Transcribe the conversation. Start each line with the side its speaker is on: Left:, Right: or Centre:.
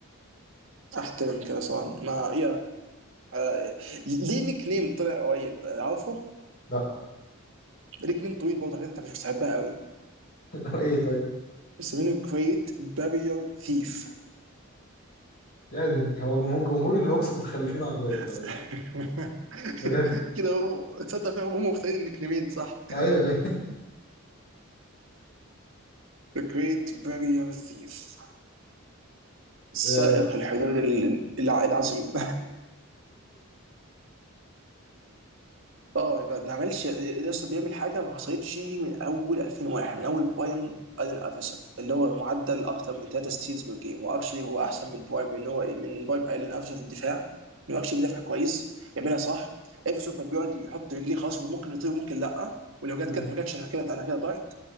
Right: احترم كده طبعا ما يا آه، ليه نيك نيم طلع قريب آه، عارفه
Left: لا
Right: نيك نيم طويل برضه حاجات انت مش بتحبها قوي
Left: <laughs> ايه طيب
Right: بس منه جريت بارير ثيف
Left: يعني هو جمهور جمهور الهوكس متخلفين عقليا
Right: <laughs>
Left: غالبا بجد
Right: كده هو تصدق فيها هم مختارين النيك نيمين صح
Left: ايوه
Right: The Great Barrier Reef سائق
Left: ايوه
Right: الحدود ال- الع- العظيم <laughs> اه ده ما عملش لسه بيعمل حاجه ما حصلتش من اول 2001 من اول برايم ادن افرسون اللي هو معدل اكتر من 3 ستيلز بير جيم واكشلي هو احسن من برايم من هو من برايم ايلان افرسون في الدفاع انه اكشلي بيدافع كويس بيعملها صح افرسون كان بيقعد يحط رجليه خلاص وممكن يطير وممكن لا ولو جت
Left: <laughs>
Right: جت ما جاتش انا كده انا كده ضعت